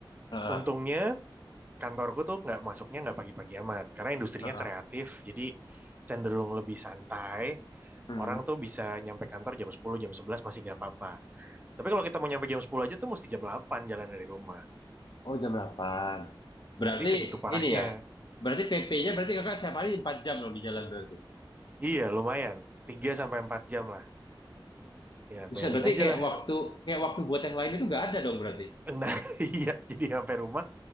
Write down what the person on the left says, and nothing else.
Ah,
ah, ah,
ah.
Hmm.
Oh jam 8. Berarti
ini ya, berarti PP-nya berarti kakak setiap hari 4 jam dong di jalan berarti.
Buset,
berarti
kayak
waktu kayak waktu buat yang lain itu nggak ada dong berarti.